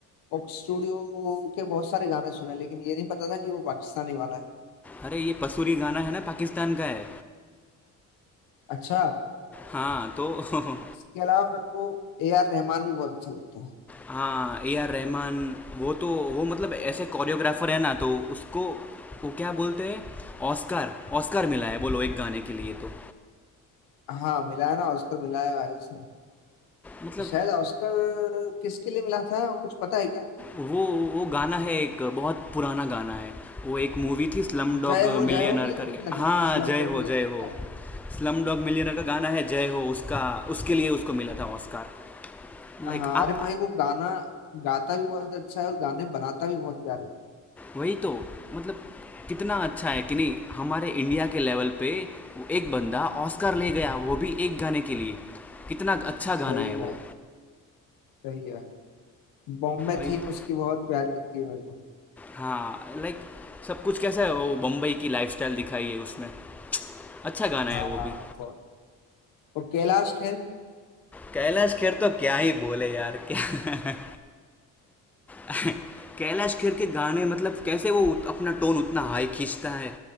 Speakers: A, on the left; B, in the centre.
A: कोक स्टूडियो के बहुत सारे गाने सुने लेकिन ये नहीं पता था कि वो पाकिस्तानी वाला है
B: अरे ये पसूरी गाना है ना पाकिस्तान का है
A: अच्छा
B: हाँ तो <laughs>
A: इसके अलावा मेरे को ए आर रहमान भी बहुत अच्छा लगता है
B: हाँ ए आर रहमान वो तो वो मतलब ऐसे कोरियोग्राफर है ना तो उसको वो क्या बोलते हैं ऑस्कार ऑस्कार मिला है बोलो एक गाने के लिए तो
A: हाँ मिला है ना ऑस्कर मिला है भाई उसने
B: मतलब
A: शायद ऑस्कर किसके लिए मिला था कुछ पता है क्या
B: वो वो गाना है एक बहुत पुराना गाना है वो एक मूवी थी स्लम डॉग
A: जय हो जय
B: मिलियनर
A: हो के लिए तो
B: कर
A: नहीं मिला
B: हाँ
A: था स्लम
B: जय
A: डॉग
B: हो
A: मिलियनेयर
B: जय हो
A: का
B: स्लम डॉग मिलियनर का गाना है जय हो उसका उसके लिए उसको मिला था ऑस्कार लाइक
A: हाँ
B: आप
A: अरे भाई वो गाना गाता भी बहुत अच्छा है और गाने बनाता भी बहुत प्यारे हैं।
B: वही तो मतलब कितना अच्छा है कि नहीं हमारे इंडिया के लेवल पे वो एक बंदा ऑस्कर ले गया वो भी एक गाने के लिए कितना अच्छा
A: सही
B: गाना है
A: है
B: वो
A: भाई, सही है भाई। बॉम्बे
B: वही
A: थीम
B: तो,
A: उसकी बहुत प्यारी लगती है मेरे को
B: हाँ लाइक सब कुछ कैसा है वो बम्बई की लाइफस्टाइल दिखाई है उसमें अच्छा गाना है
A: हाँ
B: वो
A: हाँ,
B: भी
A: बहुत वो कैलाश खेर
B: कैलाश खेर तो क्या ही बोले यार क्या <laughs> कैलाश खेर के गाने मतलब कैसे वो उत- अपना टोन उतना हाई खींचता है